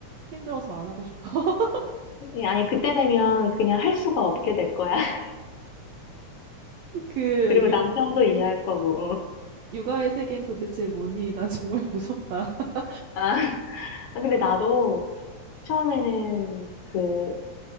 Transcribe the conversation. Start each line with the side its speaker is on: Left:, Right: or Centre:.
Right: 힘들어서 안 하고 싶어. <laughs>
Left: 그냥, 아니, 그때 되면 그냥 할 수가 없게 될 거야. <laughs>
Right: 그
Left: 그리고
Right: 육,
Left: 남편도 이해할 거고.
Right: 육아의 세계는 도대체 뭐니? 난 정말 무섭다. <laughs>
Left: 아, 근데 나도 처음에는 그